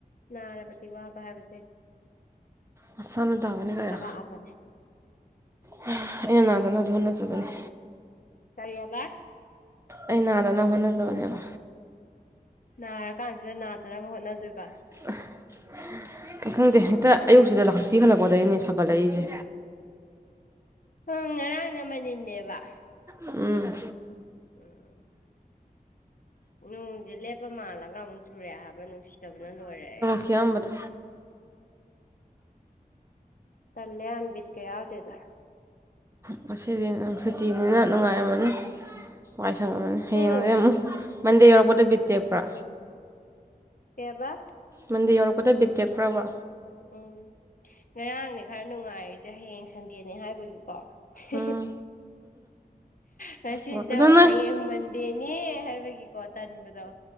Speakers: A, on the left; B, on the right.
A: ꯅꯥꯔꯕꯗꯤ ꯋꯥꯕ ꯍꯥꯏꯕꯖꯦ
B: ꯃꯁꯥꯅ ꯇꯕꯅꯤꯒꯌꯣ
A: ꯂꯥꯛꯑꯕꯅꯦ
B: ꯍ ꯑꯩꯅ ꯅꯥꯗꯅꯕꯗꯤ ꯍꯣꯠꯅꯖꯕꯅꯤ
A: ꯀꯔꯤꯑꯕ
B: ꯑꯩ ꯅꯥꯗꯅꯕ ꯍꯣꯠꯅꯖꯕꯅꯦꯕ
A: ꯅꯥꯔꯀꯥꯟꯖꯤꯗ ꯅꯥꯗꯅꯕ ꯍꯣꯠꯅꯗꯨꯏꯕ
B: <unintelligible> ꯈꯪꯗꯦ ꯍꯦꯛꯇ ꯑꯌꯨꯛꯁꯤꯗ ꯂꯥꯛꯊꯤ ꯈꯜꯂꯛꯄꯗꯩꯅꯦ ꯁꯥꯒꯠꯂꯛꯏꯖꯦ
A: ꯎꯝ ꯉꯔꯥꯡꯅ ꯃꯅꯤꯟꯅꯦꯕ
B: ꯎꯝ
A: ꯎꯝ ꯅꯣꯡꯖꯦ ꯂꯦꯞꯄ ꯃꯥꯜꯂꯒ ꯑꯃꯨꯛ ꯆꯨꯔꯛꯑꯦ ꯍꯥꯏꯕ ꯅꯨꯡꯁꯤꯗꯕꯅ ꯂꯣꯏꯔꯦ ꯑꯩ
B: ꯊꯤꯌꯥꯝꯕꯗꯣ
A: ꯇꯜꯂꯦꯌꯥꯝ ꯕꯤꯠꯀ ꯌꯥꯎꯗꯦꯗ
B: ꯉꯁꯤꯗꯤ ꯅꯪ ꯁꯨꯇꯤꯅꯤꯅ ꯅꯨꯡꯉꯥꯏꯔꯝꯃꯅꯤ ꯋꯥꯏ ꯁꯪꯉꯝꯃꯅꯤ ꯍꯌꯦꯡꯖꯦ
A: ꯎꯝ
B: ꯑꯃꯨꯛ ꯃꯟꯗꯦ ꯌꯧꯔꯛꯄꯗ ꯕꯤꯠ ꯇꯦꯛꯄ꯭ꯔꯥ
A: ꯀꯩꯑꯕ
B: ꯃꯟꯗꯦ ꯌꯧꯔꯛꯄꯗ ꯕꯤꯠ ꯇꯦꯛꯄ꯭ꯔꯥꯕ
A: ꯎꯝ ꯉꯔꯥꯡꯅꯦ ꯈꯔ ꯅꯨꯡꯉꯥꯏꯔꯤꯖꯦ ꯍꯌꯦꯡ ꯁꯟꯗꯦꯅꯦ ꯍꯥꯏꯕꯒꯤꯀꯣ ꯍꯤꯍꯤ
B: ꯎꯝ
A: ꯉꯁꯤꯖꯨꯅꯃꯨꯛ
B: ꯑꯣ ꯑꯗꯣ ꯅꯣꯏ
A: ꯍꯌꯦꯡ ꯃꯟꯗꯦꯅꯦ ꯍꯥꯏꯕꯒꯤꯀꯣ ꯇꯟꯕꯗꯣ